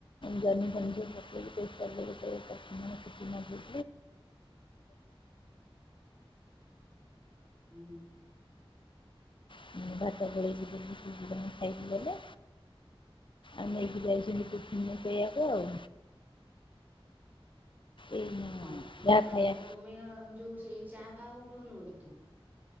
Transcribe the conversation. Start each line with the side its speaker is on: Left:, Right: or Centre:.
Left: ଯହ୍ନି ଫହ୍ନି ଟିକେ ପକେଇକି <inaudible> <unintelligible>
Right: ହୁଁ
Left: ହୁଁ, ଭାତ ଗୋଳେଇକି ଦେଲି ସେ ଦି ଜଣ ଖାଇକି ଗଲେ। ଆଉ ନେଇକି ଯାଇଛନ୍ତି ଟିଫିନ୍ ରେ ସେୟାକୁ ଆଉ।
Right: <inaudible>
Left: ଏଇ
Right: ଓ ହୋ
Left: ଯାହା
Right: ଆଉ
Left: ଖାଇବା
Right: ତୁମେ ଯୋଉ ସେଇ ଚା ଫାହା ଆଉ ପିଉନୁ ବୋଧେ ତୁ?